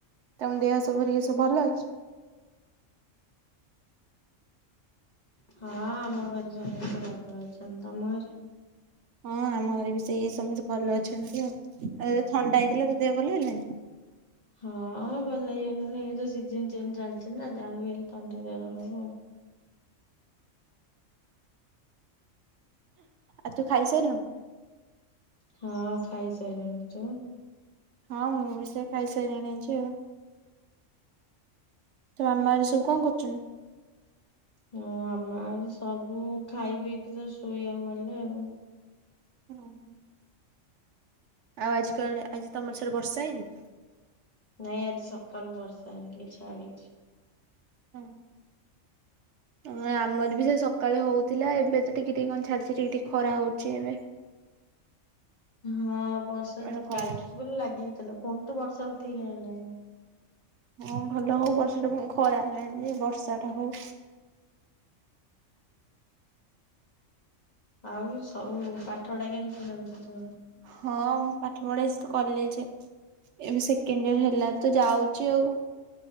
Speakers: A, on the right (about 70°); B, on the left (about 35°).
A: ତମ ଦେହ ସବୁ ହରିକା ଏ ସବୁ ଭଲ ଅଛି?
B: ହଁ ଆମ ଘରେ ସମସ୍ତ ଭଲ ଅଛନ୍ତି ତମ ଘରେ?
A: ହଁ ଆମ ଘରେ ବି ସେଇ ସମସ୍ତେ ଭଲ ଅଛନ୍ତି ଆଉ। ଆଉ ତତେ ଥଣ୍ଡା ହେଇଥିଲା ତୋ ଦେହ ଭଲ ହେଲାଣି?
B: ହଁ ଭଲ ହେଇଗଲାଣି ଏ ତ ସିଜନ୍ ଚେଞ୍ଜ୍ ଚାଲିଚି ନା ଯାହାବି ହେଲେ ଥଣ୍ଡା ଜର ହବ।
A: ଆଉ ତୁ ଖାଇସାଇଲୁଣି?
B: ହଁ ଖାଇସାରିଲିଣି। ତୁ?
A: ହଁ ମୁଁ ବି ସେ ଖାଇସାଇଲିଣି ଆଜି ଆଉ। ତୋ ମାମା ହରିକା ସବୁ କଣ କରୁଚନ୍ତି?
B: ହଁ ଆମ ଆଜି ସବୁ ଖାଇ ପିଇକି ଯଷ୍ଟ ଶୋଇବାକୁ ଗଲେ ଆଉ।
A: ହଁ, ହଁ। ଆଉ ଆଜି କୁଆଡେ ଆଜି ତମର ସିଆଡେ ବର୍ଷା ହେଇନି?
B: ନାଇଁ ଆଜି ସକାଳୁ ବର୍ଷା ହେଇକି ଛାଡିଚି।
A: <unintelligible> ଅଁ। ଆମର ବି ସେ ସକାଳେ ହଉଥିଲା। ଏବେ ତ ଟିକେ ଟିକେ କଣଛାଡିଛି ଟିକେ ଟିକେ ଖରା ହଉଛି ଏବେ।
B: ହଁ ବର୍ଷା
A: ବେଳେ ଖରା
B: କାଲିଠୁ ପୁରା ଲାଗିକିଥିଲା। ପୁଣି ତ ବର୍ଷା ଉଠିକି ଆଇଲାଣି।
A: ହଁ ଭଲ ହଉ ବର୍ଷା ଟା ଖରା ହେଲା ନୀ ଯେ ବର୍ଷା ଟା ହଉ।
B: ଆଉ ସବୁ ପାଠ ପଢା କେମିତି ଚାଲିଚି ତୋର?
A: ହଁ ମ ପାଠ ପଢା କଲେଜେ ଏବେ ସେକେଣ୍ଡ ଇୟର ହେଲା ଯାଉଛି ଆଉ।